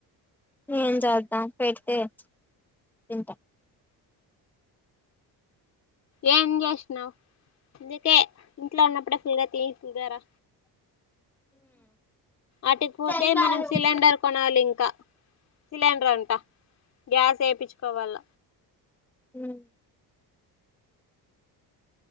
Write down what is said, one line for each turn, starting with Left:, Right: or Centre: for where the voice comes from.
Centre: ఏం చేద్దాం పెడితే తింటాం
Left: ఏం చేసినవ్ అందుకే ఇంట్లో ఉన్నప్పుడే ఫుల్గా తి తిన్నారా ఆటికి
Centre: మ్మ్
Left: పోతే మనం సిలిండర్ కొనాలి ఇంక సిలిండర్ అంతా గ్యాస్ వేపించుకోవాల
Centre: మ్మ్